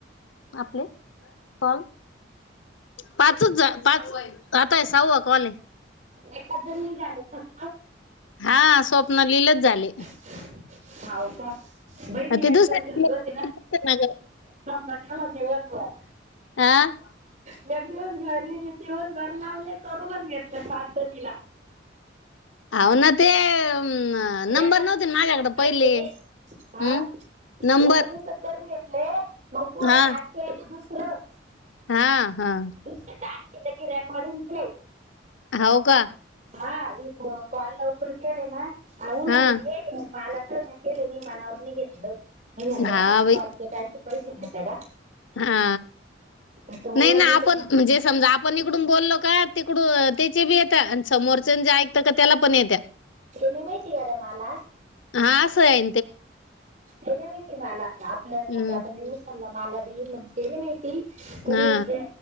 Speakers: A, on the left (about 85°); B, on the right (about 40°).
A: आपले क पाचच पाच आताय सऊ कवाॉले
B: एकाच जण झाले फक्त
A: हा स्वप्नालीलाच झाले.
B: होव का. बहिणी
A: ते
B: एकदल
A: दुसऱ्या
B: घरी बसे नालाव दिवसभर.
A: आ.
B: मी अग दिवस घरी मी दिवसभर लावले करूनच घेतले सातधरीला.
A: अ ना ते अ नंबर
B: एका दिवसात
A: नव्हते माझ्याकडे
B: करून
A: पहिले.
B: घेतले मी हा
A: हम्म नंबर.
B: एका दिवसात करून मग पुढं
A: हा
B: टास्क केलं दुसरं.
A: हा हा‌.
B: ट केले कि रेकर्डींगते.
A: हो का
B: हा इ क -कॉल लवकर उन्ह
A: हा
B: <unintelligible> बालता ना केली नि मनववर निघेतू निमलवा
A: हा बाई
B: पाल त्यायचे पैसे घता का?
A: हा
B: तर हो
A: नाही ना आपण
B: तर मग
A: म्हणे समजा आपण इकडून बोललो का तिकडून त्याचे बी येत्या आणि समोरच्या जे ऐकत का त्याला पण येत्या.
B: हे नाही माहिती काड मला.
A: हा असं हाय.
B: ते नाही माहिती मला आपल्या समजा
A: हम्म
B: आता मी उचलला मला बीन म्हण ते नाही माहिती. तरू
A: हा
B: ते